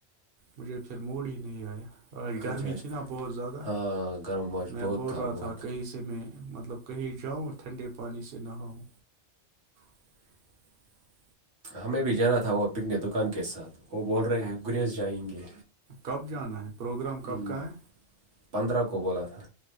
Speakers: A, on the right; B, on the right.
A: مجھے پر موڈ ہی نہیں آیا آج گرمی
B: اچھا اچھا
A: تھی نا بہت زیادہ
B: ہاں گرم ماش
A: میں
B: بہت
A: بول رہا
B: بہت
A: تھا کہیں سے سے میں مطلب کہیں جاؤں ٹھنڈے پانی سے نہاؤں <unintelligible>
B: ہمیں بھی جانا تھا وہ پکنے دکان کے ساتھ وہ بول رہے ہیں گریز جائیں گے
A: کب جانا ہے پروگرام
B: ہم،
A: کب کا ہے
B: پندرہ کو بولات تھا